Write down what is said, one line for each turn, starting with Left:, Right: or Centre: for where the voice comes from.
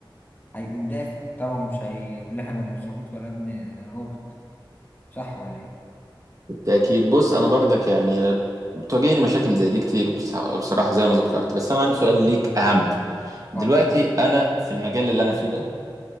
Left: هيقوم دافع طبعا مش هيقول لها انا ابن ظابط ولا ابن رابط صح ولا ايه
Right: بالتأكيد بص أنا برضك يعني بتواجهني مشاكل زي دي كتير بص- بصراحة زي ما ذكرت بس أنا عندي سؤال ليك أهم دلوقتي
Left: اتفضل
Right: أنا في المجال اللي أنا فيه ده